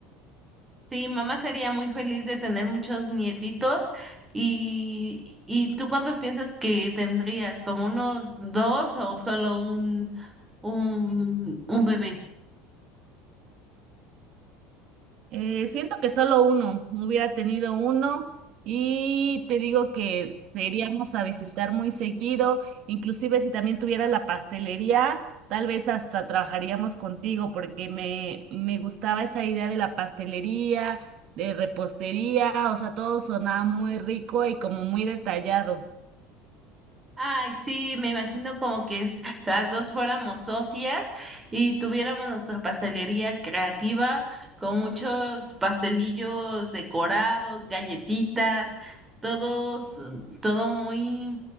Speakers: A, on the right; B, on the right.
A: Sí, mamá sería muy feliz de tener muchos nietitos. ¿Y, y tú cuántos piensas que tendrías? ¿Como unos dos o solo un, un, un bebé?
B: Eh, siento que solo uno, hubiera tenido uno y te digo que te iríamos a visitar muy seguido, inclusive si también tuviera la pastelería, tal vez hasta trabajaríamos contigo porque me, me gustaba esa idea de la pastelería, de repostería, o sea, todo sonaba muy rico y como muy detallado.
A: Ay, sí, me imagino como que es- las dos fuéramos socias y tuviéramos nuestra pastelería creativa con muchos pastelillos decorados, galletitas, todos, todo muy,